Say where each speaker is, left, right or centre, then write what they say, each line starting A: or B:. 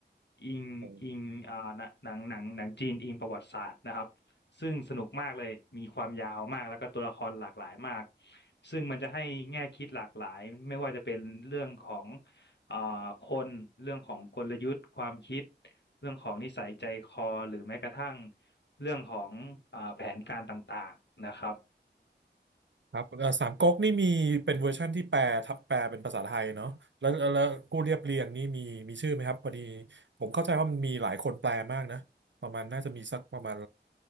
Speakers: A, on the left; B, on the right.
A: อิงอิงอ่าหนังหนังหนังหนังจีนอิงประวัติศาสตร์นะครับ
B: ๋อ
A: ซึ่งสนุกมากเลยมีความยาวมากแล้วก็ตัวละครหลากหลายมากซึ่งมันจะให้แง่คิดหลากหลายไม่ว่าจะเป็นเรื่องของอ่าคนเรื่องของกลยุทธ์ความคิด เรื่องของนิสัยใจคอหรือแม้กระทั่งเรื่องของอ่าแผนการต่างๆนะครับ
B: ครับเอ่อสามก๊กนี่มีเป็นเวอร์ชั่นที่แปลทับแปลเป็นภาษาไทยเนาะแล้วแล้วแล้วผู้เรียบเรียงนี่มีมีชื่อไหมครับพอดีผมเข้าใจว่ามันมีหลายคนแปลมากนะ ประมาณน่าจะมีสักประมาณ